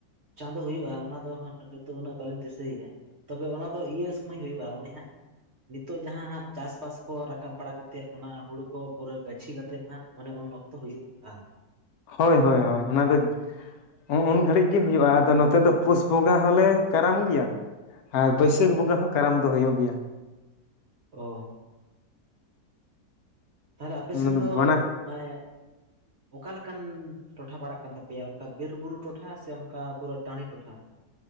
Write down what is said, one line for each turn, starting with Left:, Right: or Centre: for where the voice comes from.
Right: ᱪᱟᱸᱫᱩ ᱦᱩᱭᱩᱜᱼᱟ, ᱚᱱᱟ ᱫᱚ ᱦᱟᱸᱜ ᱱᱤᱛᱚᱜ ᱩᱱᱟᱹᱜ ᱵᱟᱞᱤᱧ ᱫᱤᱥᱟᱹᱭᱮᱜᱼᱟ᱾ ᱛᱚᱵᱮ ᱚᱱᱟ ᱫᱚ ᱤᱭᱟᱹ ᱥᱚᱢᱳᱭ ᱦᱩᱭᱩᱜ-ᱟ ᱚᱱᱮ ᱦᱟᱸᱜ ᱱᱤᱛᱚᱜ ᱡᱟᱦᱟᱸ ᱦᱟᱸᱜ ᱪᱟᱥᱵᱟᱥ ᱠᱚ ᱨᱟᱠᱟᱵ ᱵᱟᱲᱟ ᱠᱟᱛᱮᱫ ᱚᱱᱟ ᱦᱩᱲᱩ ᱠᱚ ᱯᱩᱨᱟᱹ ᱜᱟᱹᱪᱷᱤ ᱠᱟᱛᱮᱫ ᱦᱟᱸᱜ ᱚᱱᱮ ᱩᱱ ᱚᱠᱛᱚ ᱦᱩᱭᱩᱜ-ᱟ᱾
Left: ᱦᱳᱭ ᱦᱳᱭ ᱦᱳᱭ ᱚᱱᱟ ᱫᱚ ᱩᱸ ᱩᱱ ᱜᱷᱟᱹᱲᱤᱡ ᱜᱤ ᱦᱩᱭᱩᱜ-ᱟ ᱟᱫᱚ ᱱᱚᱛᱮ ᱫᱚ ᱯᱩᱥ ᱵᱚᱸᱜᱟ ᱦᱚᱸᱞᱮ ᱠᱟᱨᱟᱢ ᱜᱤᱭᱟ᱾ ᱟᱨ ᱵᱟᱹᱭᱥᱟᱹᱠᱷ ᱵᱚᱸᱜᱟ ᱦᱚᱸ ᱠᱟᱨᱟᱢ ᱫᱚ ᱦᱩᱭᱩᱜ ᱜᱮᱭᱟ᱾
Right: ᱚ ᱛᱟᱞᱦᱮ ᱟᱯᱮ
Left: ᱚᱱᱟ
Right: ᱥᱮᱱ ᱫᱚ
Left: ᱵᱟᱱᱟ
Right: ᱢᱟᱱᱮ ᱚᱠᱟ ᱞᱮᱠᱟᱱ ᱴᱚᱴᱷᱟ ᱯᱟᱲᱟᱜ ᱠᱟᱱ ᱛᱟᱯᱮᱭᱟ ᱚᱱᱠᱟ ᱵᱤᱨ ᱵᱩᱨᱩ ᱴᱚᱴᱷᱟ ᱥᱮ ᱚᱱᱠᱟ ᱯᱩᱨᱟᱹ ᱴᱟᱺᱰᱤ ᱴᱚᱴᱷᱟ?